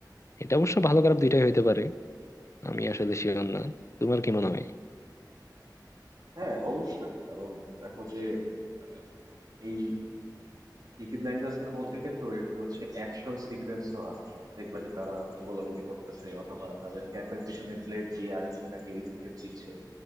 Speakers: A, on the left (about 40°); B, on the right (about 55°).
A: এটা অবশ্য ভালো খারাপ দুইটাই হইতে পারে আমি আসলে শিওর না তোমার কি মনে হয়
B: হ্যাঁ অবশ্যই কারণ দেখো যে আহ, এই পিকি ব্লাইন্ডার্স এর মধ্যে কিন্তু একটু হচ্ছে অ্যাকশন সিকোয়েন্সও আছে দেখবা যে তারা গোলাগুলি করতেছে অথবা তাদের ক্যাপের পিছনে ব্লেড দিয়ে আরেকজন তাকে স্টেপ দিচ্ছে